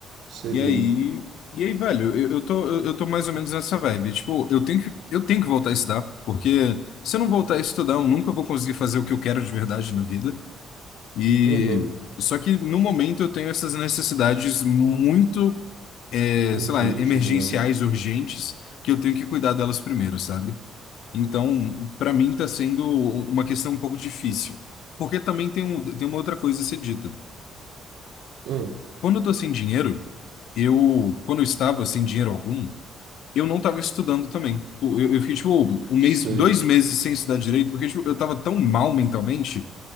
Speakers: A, on the right; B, on the left.
A: Sei
B: E
A: bem.
B: aí, e aí, velho, eu, eu tô, eu, eu tô mais ou menos nessa vibe. Tipo, eu tenho que, eu tenho que voltar a estudar, porque se eu não voltar a estudar, eu nunca vou conseguir fazer o que eu quero de verdade na vida. E
A: Aham,
B: só que no momento eu tenho essas necessidades muito é,
A: urgentes,
B: sei lá, emergenciais
A: né?
B: urgentes que eu tenho que cuidar delas primeiro, sabe? Então, para mim está sendo uma questão um pouco difícil. Porque também tem, um, tem uma outra coisa a ser dita.
A: Ah,
B: Quando eu tô sem dinheiro, eu, quando eu estava sem dinheiro algum, eu não estava estudando também. Eu, eu eu fiquei, tipo, um mês,
A: sei.
B: dois meses sem estudar direito, porque, tipo, eu estava tão mal mentalmente